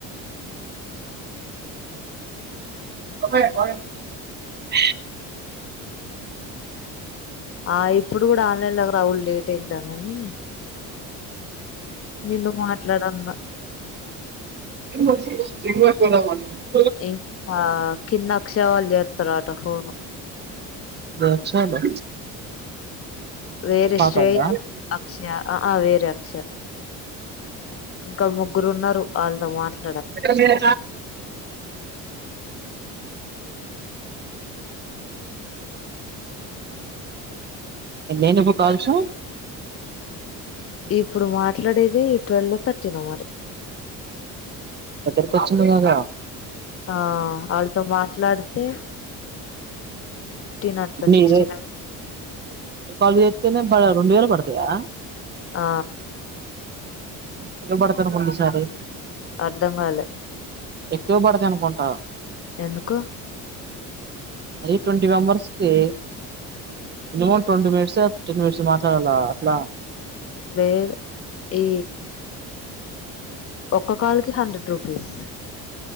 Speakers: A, on the left; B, on the right.
A: హ్
B: అ <unintelligible>
A: ఆ ఇప్పుడు గుడా ఆన్లైన్లకు రావుడ్ లేట్ అయిందా గని నిన్ను మాట్లాడన్న
B: <unintelligible>
A: ఇంకా కింద అక్షవాలు చేత్తరట ఫోను
B: బక్షాలు
A: వేరే
B: ఈ పాతోల్ల
A: శ్రేయ అక్షయ ఆ ఆ వేరే అక్షయ ఇంకా ముగ్గురున్నరు ఆళ్ళతో మాట్ల్
B: ఎ మీన నేనుకు కాల్చు
A: ఇప్పుడు మాట్లాడేది ట్వెల్వ్ లో థర్టీనో మరి
B: అదర్కచ్చిమ గద
A: ఆ ఆళ్ళతో మాట్లాడితే ఫిఫ్టీన్ అట్లా
B: మీరే
A: సిక్స్టీన్ అయిద్ది
B: ఏం కాల్ రొండు వేలు పడతయా
A: ఆ
B: ఇనబడతను ముందు సారి
A: అర్ధం గాలే
B: ఎక్కువ పడదనుకుంటా
A: ఎందుకు
B: అరే టొంటీ మెంబర్స్కి minimum twenty minutes ten minutes మాట్లాడాల అట్లా
A: లేదు ఈ ఒక్క కాలుకి హండ్రెడ్ రూపీస్